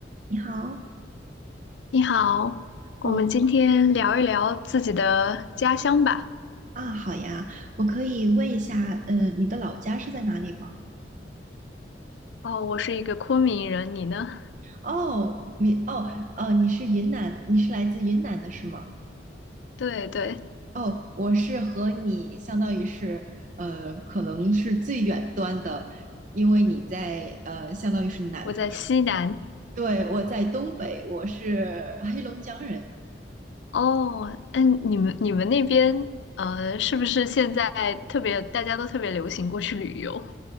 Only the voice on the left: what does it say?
你好，我们今天聊一聊自己的家乡吧。
哦，我是一个昆明人，你呢？
对对，
我在西南。
哦，嗯，你们你们那边呃，是不是现在特别大家都特别流行过去旅游？